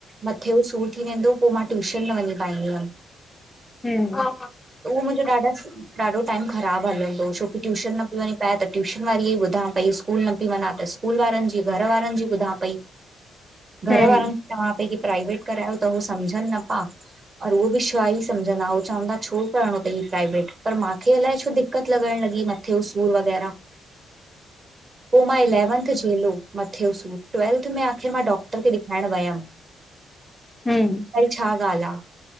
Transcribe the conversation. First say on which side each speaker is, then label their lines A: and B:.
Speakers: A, on the right; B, on the left.
A: मथे जो सूर थी वेंदो होे, पो मां टयूशन न वञीदीम। पाईंदम।
B: हमम्। हा
A: मुंहिंजो ॾाढा
B: <unintelligible>
A: ॾाढो टाइम ख़राबु हलंदो, छोकी ट्यूशन न पई वञी पाए त ट्यूशन वारीअ ई ॿुधा पई, स्कूल न पई वञा त स्कूल वारनि जी, घर वारनि जी ॿुधा पई। घर
B: हम्म
A: वारनि चवां पई की प्राइवेट करायो त ऊह सम्झनि न पा। और उहो बि छा ई समझंदा, उ चवंदा छो करणो तई प्राइवेट, पर मांखे अलाए छ दिक़त लॻण लॻी मथे जो सूर वग़ैरह, पो मां इलेवंथ झेलो मथेयो सूरु ट्वेल्थ में, आख़िर मां डॉक्टर खे ॾेखारण वियमि।
B: हम्म
A: भई छा ॻाल्हि आ।